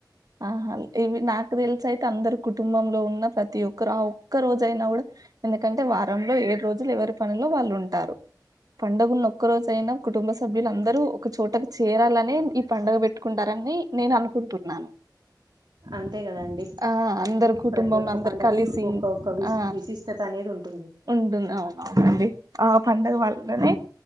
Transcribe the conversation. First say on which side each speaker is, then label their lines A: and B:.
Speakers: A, on the right; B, on the right.
A: ఆహా ఇవి నాకు తెలుసయితే అందరు కుటుంబంలో ఉన్న ప్రతి ఒక్కరు ఆ ఒక్క రోజైనా కూడా ఎందుకంటే వ రంలో ఏడు రోజులు ఎవరి పనులు లో వాళ్ళు ఉంటారు పండుగ ఉన్న ఒక్క రోజయినా కుటుంబ సభ్యులుందరూ ఒక చోటకు చేరాలనే ఈ పండుగ పెట్టుకుంటారని నేను అనుకుంటున్నాను
B: అంతే కదాండి
A: ఆ అందరు కుటుంబంలో
B: ప్రతి ఒక్క
A: అందరు
B: పండకి
A: కలిసి
B: ఒక్కక్క విశ
A: ఆ
B: విశిష్టత అనేది ఉంటుంది
A: ఉంటుంది అవునవునండి ఆ పండుగ మాత్రమే